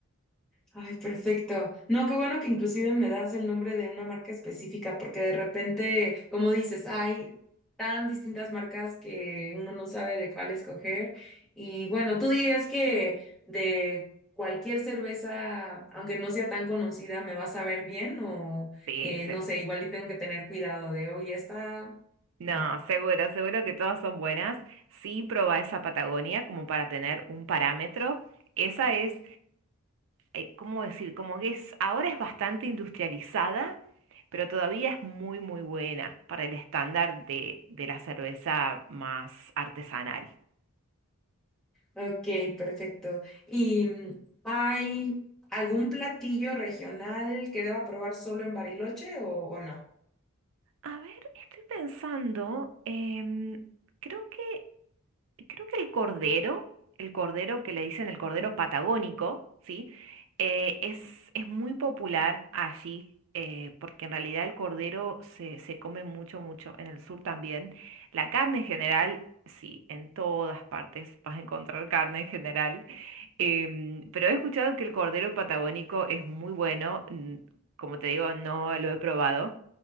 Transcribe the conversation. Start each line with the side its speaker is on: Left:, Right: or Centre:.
Centre: Ay, perfecto. No, qué bueno que inclusive me das el nombre de una marca específica, porque de repente, como dices, hay tan distintas marcas que uno no sabe de cuál escoger. Y bueno, tú dirías que de cualquier cerveza, aunque no sea tan conocida, ¿me va a saber bien? O
Right: Sí,
Centre: eh,
Right: seguro.
Centre: no sé, igual y tengo que tener cuidado de, hoy esta,
Right: No,
Centre: no.
Right: seguro, seguro que todas son buenas. Sí, probá esa Patagonia como para tener un parámetro. Esa es, eh, ¿cómo decir? Como que es, ahora es bastante industrializada, pero todavía es muy, muy buena para el estándar de, de la cerveza más artesanal.
Centre: Ok, perfecto. ¿Y mm, hay algún platillo regional que deba probar solo en Bariloche o, o no?
Right: A ver, estoy pensando, em, creo que, creo que el cordero, el cordero que le dicen el cordero patagónico, ¿sí? Eh, es, es muy popular allí, eh, porque en realidad el cordero se, se come mucho, mucho, en el sur también. La carne en general, sí, en todas partes vas a encontrar carne en general, em, pero he escuchado que el cordero patagónico es muy bueno, mm, como te digo, no lo he probado